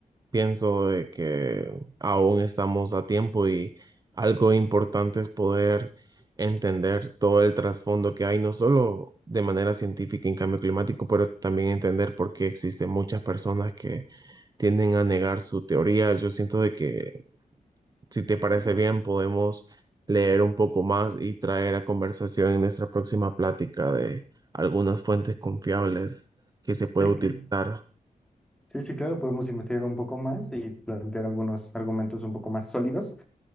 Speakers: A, on the right (about 30°); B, in the centre.
A: Pienso de que aún estamos a tiempo y algo importante es poder entender todo el trasfondo que hay, no solo de manera científica en cambio climático, pero también entender por qué existen muchas personas que tienden a negar su teoría. Yo siento de que, si te parece bien, podemos leer un poco más y traer a conversación en nuestra próxima plática de algunas fuentes confiables que se puede
B: cl-
A: utilizar.
B: sí, sí, claro, podemos investigar un poco más y plantear algunos argumentos un poco más sólidos